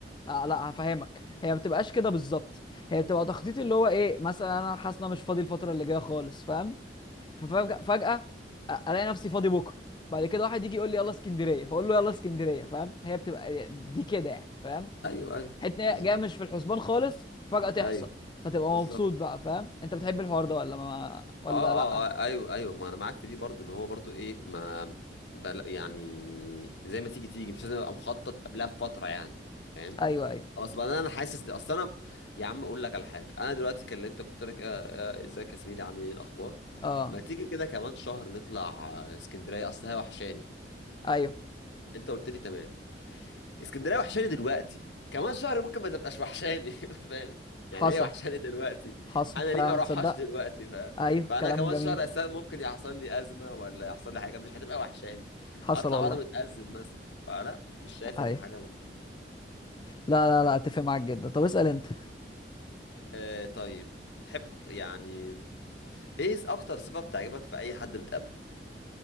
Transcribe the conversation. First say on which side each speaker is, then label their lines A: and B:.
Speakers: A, on the left; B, on the left.
A: آه لا هفهمك هي ما بتبقاش كده بالظبط هي بتبقى تخطيط اللي هو ايه مثلا انا حاسس ان انا مش فاضي الفتره اللي جايه خالص فاهم ففجاه فجاه آه، الاقي نفسي فاضي بكره بعد كده واحد يجي يقول لي يلا اسكندريه فاقول له يلا اسكندريه فاهم هي بتبقى دي كده يعني فاهم
B: ايوه ايوه
A: حتة إن
B: بالظبط
A: هي جايه مش في الحسبان خالص فجاه تحصل
B: ايوه
A: فتبقى
B: بالظبط
A: مبسوط بقى فاهم انت بتحب الحوار ده ولا ما ولا
B: اه اه
A: لا
B: آه، ايوه ايوه ما انا معاك في دي برضو ان هو برضو ايه ما بل يعني زي ما تيجي تيجي مش لازم ابقى مخطط قبلها بفتره يعني فاهم
A: ايوه ايوه
B: خلاص بقى انا أنا حاسس ده اصل انا يا عم اقول لك على حاجه انا دلوقتي كلمتك قلت لك آه، آه، ازيك يا زميلي عامل ايه الاخبار
A: اه
B: ما تيجي كده كمان شهر نطلع آه، اسكندريه اصل هي وحشاني
A: ايوه
B: انت قلت لي تمام اسكندريه وحشاني دلوقتي كمان شهر ممكن ما تبقاش وحشاني <laughs> فاهم يعني
A: حصل
B: ايه وحشاني دلوقتي
A: حصل
B: انا
A: فعلا
B: ليه ما اروحهاش
A: تصدق
B: دلوقتي بقى
A: ايوه
B: فانا
A: كلام
B: كمان
A: جميل
B: شهر اساسا ممكن يحصل لي ازمه ولا يحصل لي حاجه مش هتبقى وحشاني
A: حصل
B: اطلع
A: والله
B: وانا متازم مثلا فلا مش شايف
A: ايوه
B: ان حاجه م...
A: لا لا لا اتفق معاك جدا طب اسأل انت
B: آه طيب بتحب يعني ايه اكتر صفه بتعجبك في اي حد بتقابله